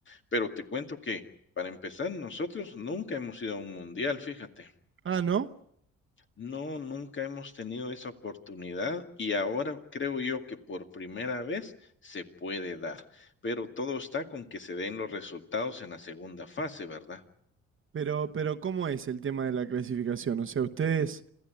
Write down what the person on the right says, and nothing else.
Ah, ¿no?
Pero, pero ¿cómo es el tema de la clasificación? O sea, ustedes